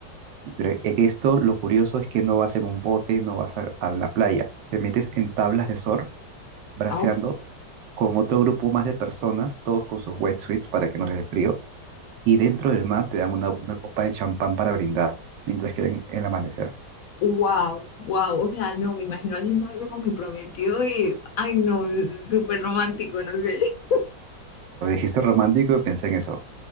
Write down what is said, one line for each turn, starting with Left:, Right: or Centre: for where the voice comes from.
Right: Sí, pero en esto lo curioso es que no vas en un bote, no vas a, a la playa, te metes en tablas de surf, braceando
Left: Ah, ok.
Right: con otro grupo más de personas, todos con sus wetsuits para que no les dé frío, y dentro del mar te dan una, una copa de champán para brindar mientras que ven el amanecer.
Left: Wow, wow, o sea, no, me imagino haciendo eso con mi prometido y, ay, no, es súper romántico, no sé.
Right: Lo dijiste romántico y pensé en eso.